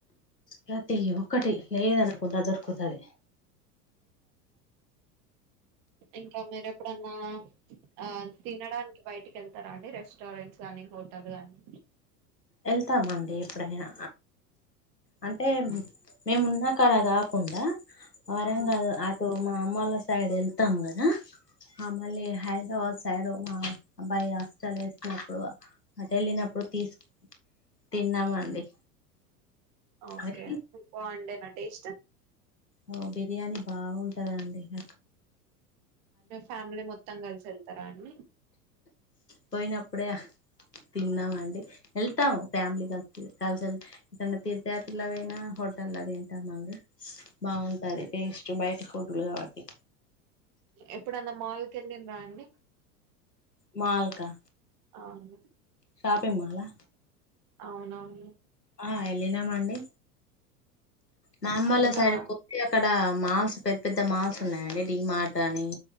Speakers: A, on the left (about 85°); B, on the right (about 45°).
A: ప్రతి ఒక్కటి లేదనకుండా దొరుకుతది
B: ఇంకా మీర ఎప్పుడన్నా ఆ తినడానికి బయటికి వెళ్తారా అండి రెస్టారెంట్స్ గాని నే ఫోటగ్రాని
A: ఏళ్తామండి ఎప్పుడైనా అంటే మేమ్ ఉన్నా కాడ కాకుండా వరంగల్
B: ఆ
A: అటు మా మా అమ్మళ సైడ్ ఏళ్తామ్ కదా ఆ మళ్ళీ హైదరాబాద్ సైడ్ మా అబ్బాయి హాస్టల్ ఏసినప్పుడు అట్ ఏళ్ళినప్పుడు తీస్క్ తిన్నామండి
B: ఓకే
A: అది
B: మీక్ బావుండే నా టేస్ట్
A: ఓ బిర్యానీ బావుంటదండి ఇగ
B: మీ ఫ్యామిలీ మొత్తం కల్సి ఏళ్తారా అండి
A: పోయినప్పుడే తిన్నాం అండి ఏళ్తాము ఫ్యామిలీ కలిసి కలిసి వెళ్త్ ఎటన్న తీర్థ యాత్రలకు పోయిన హోటల దింటామండి బాగుంటది టేస్ట్ బయటి ఫుడ్లు కాబట్టి
B: ఎప్పుడన్నా మాల్ కెళ్ళిండ్రా అండి
A: మాల్కా
B: అన్నే
A: షాపిింగ్ మాల్ ఆ
B: అవున్నావను
A: ఆ ఏళ్ళినాం అండి నా అమ్మోలా
B: ఇంకా
A: సైడ్కి ఒప్పి అక్కడ మాస్ పెద్ద్ పెద్ద మాస్ ఉన్నాయాండి డి మార్ట్ అని